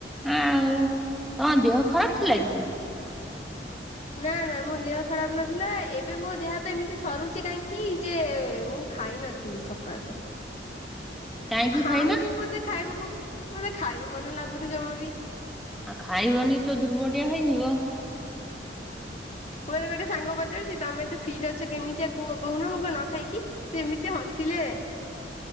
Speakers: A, in the centre; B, on the left.
A: ଆଉ ତମ ଦେହ ଖରାପ ଥିଲା କି?
B: ନା ନା ମୋ ଦେହ ଖରାପ ନଥିଲା ଏବେ ମୋ ଦେହ ହାତ ଏମିତି ଥରୁଚି କାଇଁକି ଯେ ମୁଁ ଖାଇନଥି ଲି ସକାଳରୁ।
A: କାହିଁକି
B: ମୁଁ ଖାଉନି
A: ଖାଇନା
B: ମତେ ଖାଇବାକୁ ମତେ ଖାଇବା ଭଲ ଲାଗୁନି ଜମା ବି।
A: ଆଉ ଖାଇବନି ତ ଦୁର୍ବଡିଆ ହେଇଯିବ।
B: ମୋର ଗୋଟେ ସାଙ୍ଗ ପଚାରୁଛି ତମେ ଏତେ ଫିଟ୍ ଅଛ କେମିତିଆ କୁହ କହୁନ ମୁଁ କଁ ନ ଖାଇକି। ସିଏ ଏମିତିଆ ହସିଲେ